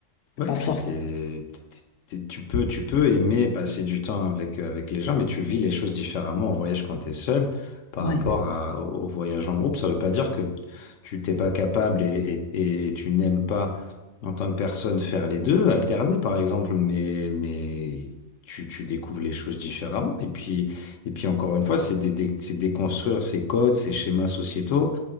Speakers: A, on the left; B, on the left.
A: Ouais,
B: Pas
A: puis
B: forcément.
A: t'es- t'es- t'es- tu peux, tu peux aimer passer du temps avec, euh, avec les gens, mais tu vis les choses différemment en voyage quand tu es seul par
B: Ouais.
A: rapport à- au voyage en groupe. Ça ne veut pas dire que tu t'es pas capable et, et- et tu n'aimes pas en tant que personne faire les deux, alterner par exemple, mais, mais tu, tu découvres les choses différemment. Et puis, et puis encore une fois, c'est dé- dé- c'est déconstruire ces codes, ces schémas sociétaux